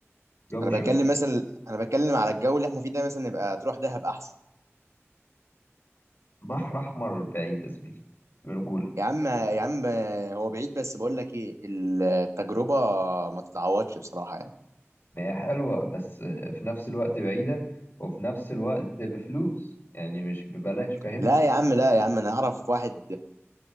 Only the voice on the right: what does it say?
انا بتكلم
مثلا انا بتكلم على الجو اللي احنا فيه ده مثلا نبقى تروح دهب احسن
يا عم يا عم هو بعيد بس بقول لك ايه التجربه ما تتعوضش بصراحه يعني
لا يا عم لا يا عم انا اعرف واحد